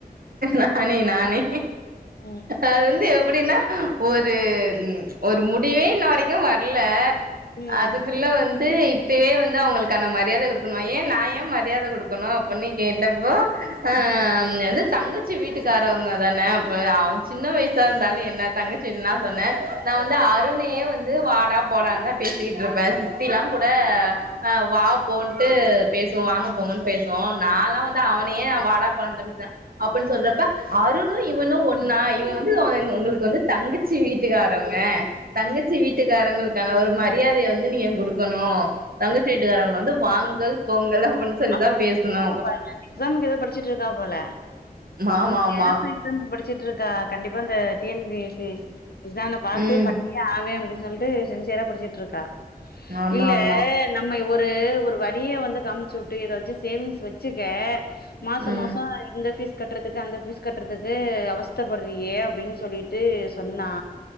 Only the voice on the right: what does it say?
நானே நானே
அது வந்து எப்டின்னா ஒரு ஒரு முடிவே இன்ன வரைக்கு வர்ல
அது குள்ள வந்து இப் இப்பவே வந்து அவங்களுக்கான மரியாதை குடுக்கணும்மா ஏ நா ஏ மரியாத குடுக்கணு அப்பன்னு கேட்டப்போ ஆ
இனி வந்து தங்கச்சி வீட்டுக்காரவங்க தான அப்ப அ சின்ன வயசா இருந்தாலே என்ன தங்கச்சின்தா சொன்னே நா வந்து அருணையே வந்து வாடா போடான் தா பேசிட்ருப்பே சித்தில்லா கூட அ வா போன்ட்டு பேசுவோ வாங்க போங்கன் பேசுவோ நால்லா வந்து அவனையே வாடா போடாந்தா த அப்பன் சொல்றப்ப அருணு இவனு ஒண்ணா இவ வந்து உங்களுக்கு வந்து தங்கிச்சி வீட்டுக்காரவங்க தங்கச்சி
வீட்டுக்காரங்களுக்கான ஒரு மரியாதைய வந்து நீங்க குடுக்கணு தங்கச்சி வீட்டுக்காரங்கள வந்து வாங்கள் போங்கள் அப்பன் சொல்லி
தா
பேஸ்ணு
ஆமா
ஆமா
ம்
ஆமா
ஆமா
ம்